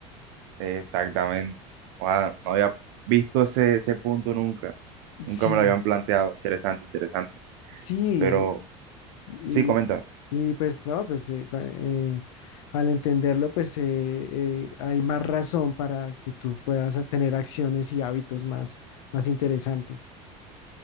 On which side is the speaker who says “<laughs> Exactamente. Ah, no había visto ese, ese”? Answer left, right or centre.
Right